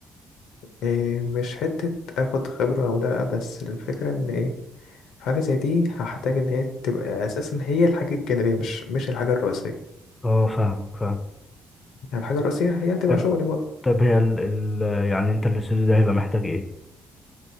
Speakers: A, on the left (about 80°); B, on the left (about 25°).
A: إيه مش حتة اخد خبرة او لا بس الفكرة ان ايه حاجة زي دي هحتاج ان هي تبقى اساسا هي الحاجة الجانبية مش مش الحاجة الرئيسية
B: أه فاهمك فاهم
A: يعني الحاجة الرئيسية هي هتبقى
B: طيب
A: شغلي برضه
B: طب هي ال ال يعني أنت الاستوديو ده هيبقى محتاج إيه؟